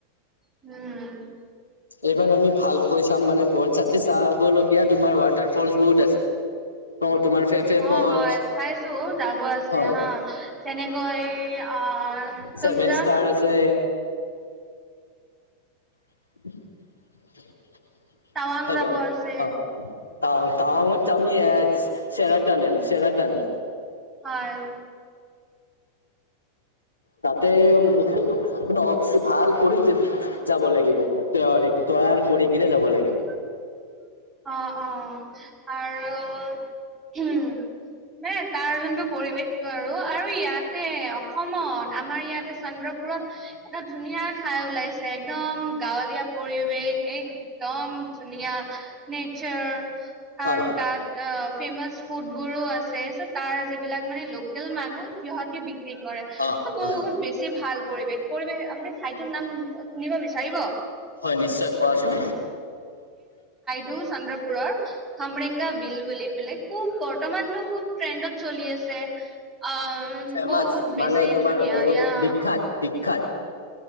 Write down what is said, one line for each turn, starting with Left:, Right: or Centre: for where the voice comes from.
Centre: উম
Left: এইবাৰ আমি ভালকৈ চাম মানে <unintelligible> চা চাবলগীয়া তোমাৰ ৱাটাৰ ফলচ বহুত আছে। <unintelligible>
Centre: অ'
Left: ফলচ
Centre: হয চাইছো, যাব আছে
Left: হয়
Centre: হা। তেনেকৈ আহ তুমজাং
Left: চেভেন ষ্টাৰ আছে <inaudible>
Centre: টাৱাং
Left: হেল্ল'
Centre: যাব আছে
Left: হ তাৱা তাৱাঙত আমি এ চে চেৰা টানেল চেৰা টানেল।
Centre: হয়
Left: তাতে মোকো <unintelligible> ভাল কৰি যা যাব লাগিব পূৰা তৈয়াৰী তৈয়াৰ কৰি কিনে যাব লাগিব।
Centre: <inaudible> অ', অ', <unintelligible> মানে তাৰ যোনটো পৰিৱেশতটো আৰু। আৰু ইয়াতে অসমত আমাৰ ইয়াতে চন্দ্ৰ পুৰত এটা ধুনীয়া ঠাই ওলাইছে একদম গাঁৱলীয়া পৰিৱেশ একদম ধুনীয়া নেচাৰ আৰু
Left: হয়
Centre: তাত অ' ফেমাচ ফুডবোৰো আছে বিচাৰিছে তাৰ যিবিলাক মানে লোকেল মানুহ সিহঁতি বিক্ৰী বিক্ৰী কৰে।
Left: অ
Centre: বহুত
Left: হয়
Centre: বেছি ভাল পৰিৱেশ, পৰিৱেশ আপুনি ঠাইটোৰ নাম শুনিব বিচাৰিব?
Left: হয় নিশ্চয়, কোৱাচোন।
Centre: টো চন্দ্ৰপুৰৰ খামৰেংগা বিল বুলি পেলাই খুব বৰ্তমানতটো খুব ট্ৰেণ্ডত চলি আছে। আহ
Left: ফেমাচ
Centre: বহুত বেছি
Left: মানে তোমাৰ
Centre: ধুনীয়া
Left: বহুত
Centre: ইয়া
Left: বিখ্যাত বিখ্যাত